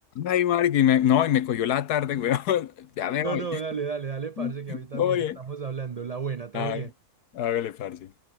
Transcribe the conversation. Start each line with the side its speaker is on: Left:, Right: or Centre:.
Left: Ay, marica, y me- no, y me cogió la tarde, weón. <laughs> Ya me
Right: No,
Left: voy.
Right: no, dale, dale, dale, parce,
Left: <laughs>
Right: que a mí también
Left: Oye,
Right: estamos hablando. La buena, todo
Left: ah,
Right: bien.
Left: hágale, parce.